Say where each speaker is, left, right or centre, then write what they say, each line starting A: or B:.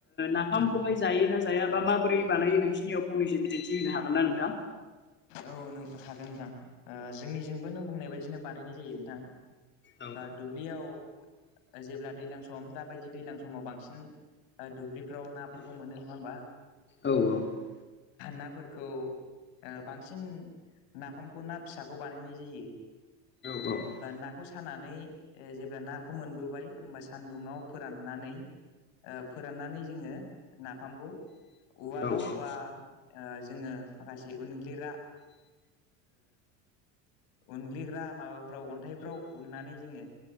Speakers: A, on the left; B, on the left.
A: नाफामखौहाय जायोना जाया जायाबा माबोरै बानायनायो नोंसिनियाव फंनैसो बिदिन्थि होनो हागोन ना नोंथां
B: औ नों हागोन नोंथां जोंनिजोंबो नों बुंनाय बायदिनो बानायनाय जायो नोंथां
A: औ
B: दुब्लियाव जेब्ला दैज्लां सम दा बायदि दैजलां समाव बांसिन दुबलि फोराव नाफोरखौ मोनो नङा होमबा
A: औ औ
B: नाफोरखौ बांसिन नाफामखौ ना फिसाखौ बानायनाय जायो
A: औ
B: नाखौ सानानै जेब्ला नाखौ मोनबोबाय होमबा सानदुङाव फोराननानै फोराननानै जोङो नाफामखौ उवालाव
A: औ औ
B: बा जोङो माखासे उनग्लिग्रा उनग्लिग्रा माबाफ्राव अन्थाइफ्राव उननानै जोङो